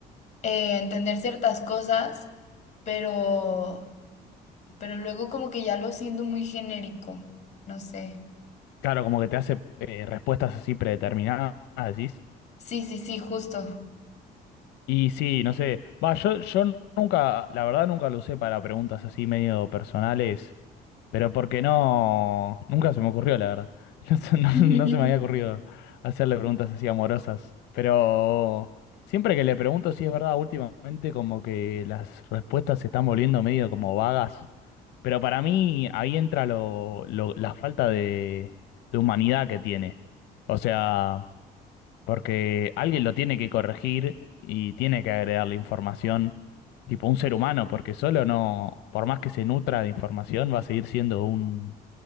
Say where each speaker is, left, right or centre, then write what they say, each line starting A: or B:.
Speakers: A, on the left; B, on the left.
A: eh, a entender ciertas cosas, pero, pero luego como que ya lo siento muy genérico, no sé.
B: Claro, como que te hace eh, respuestas así predeterminadas, decís.
A: Sí, sí, sí, justo.
B: Y sí, no sé. Va, yo, yo nunca, la verdad nunca lo usé para preguntas así medio personales Pero porque no, nunca se me ocurrió, la verdad. <laughs> No se, no-
A: <laughs>
B: no se me había ocurrido hacerle preguntas así amorosas. Pero siempre que le pregunto si es verdad, últimamente como que las respuestas se están volviendo medio como vagas. Pero para mí ahí entra lo, lo- la falta de, de humanidad que tiene. O sea, porque alguien lo tiene que corregir y tiene que agregarle información, tipo un ser humano, porque solo no, por más que se nutra de información, va a seguir siendo un,